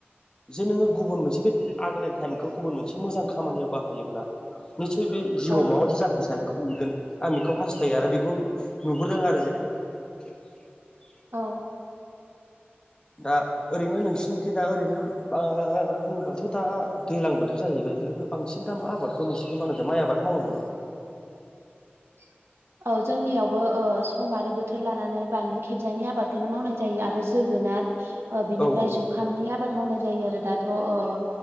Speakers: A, on the left; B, on the right.
A: जे नोङो गुबुन मोनसे बे आगोलनि टाइमखौ गुबुन मोनसे मोजां खामानियाव बाहायोब्ला निस्सय बे जिउआव
B: औ
A: माबा मोनसे जाफुंसारनायखौ मोनगोन आं बेखौ हास्थायो आरो बेखौ नुहुरदों आरो जों। <unintelligible>
B: औ। <inaudible>
A: दा ओरैनो नोंसोरनिखै दा ओरैनो बा बुङोब्लााथ' दा दैज्लां बोथोर जाहैबाय। बांसिन दा आबादखौ नोंसिनिथिं माय आबादखौ मावो नामा?
B: <unintelligible> औ जोंनियावबो ओ सम आरो बोथोर लानानै बानलु खेबजांनि आबादखौनो मावनाय जायो आरो जोगो नार ओ बेनिफ्राय
A: औ औ
B: जुंखामनि नि आबाद मावनाय जायो आरो दाथ' अ ओ